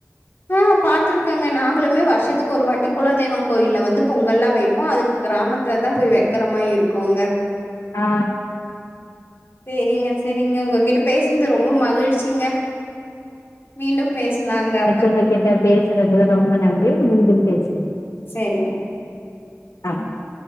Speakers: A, on the left (about 45°); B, on the left (about 75°).
A: ஆ பாத்திருக்கங்க நாங்களுமே வருஷத்துக்கு ஒரு வாட்டி குலதெய்வம் கோயில வந்து பொங்கல்லா வை அப்போ அதுக்கு கிராமத்துல தா போய் வைக்கிற மாரி இருக்குங்க
B: ஆ
A: சேரிங்க சேரிங்க உங்ககிட்ட பேசுனது ரொம்ப மகிழ்ச்சிங்க மீண்டும் பேஸ்லாங்க
B: உங்க கேட்ட பேசுறதுல ரொம்ப நன்றி மீண்டும் பேசுவோம்
A: சேரிங்க
B: ஆ